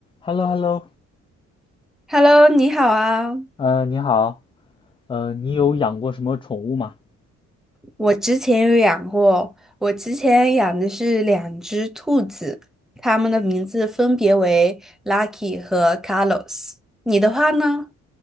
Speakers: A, on the left; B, in the centre.
A: h e l l o h e l l o
B: Hello，你好啊！
A: 呃，你好，呃，你有养过什么宠物吗？
B: 我之前有养过，我之前养的是两只兔子，它们的名字分别为 Lucky 和 Carlos。你的话呢？